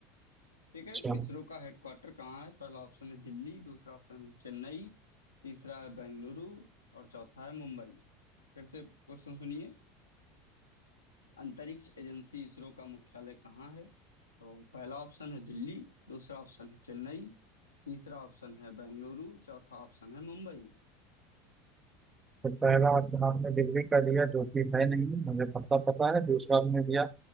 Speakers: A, on the left; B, on the right.
A: ठीक है
B: चलो
A: इसरो का हेडक्वार्टर कहाँ है पहला ऑप्शन है दिल्ली दूसरा ऑप्शन है चेन्नई तीसरा है बेंगलुरु और चौथा है मुंबई फिर से क्वेश्चन सुनिए अंतरिक्ष एजेंसी इसरो का मुख्यालय कहाँ है तो पहला ऑप्शन है दिल्ली दूसरा ऑप्शन है चेन्नई तीसरा ऑप्शन है बेंगलुरु चौथा ऑप्शन है मुंबई
B: तो पहला ऑप्शन आपने दिल्ली का दिया जो कि है नहीं मुझे पता पता है दूसरा आपने दिया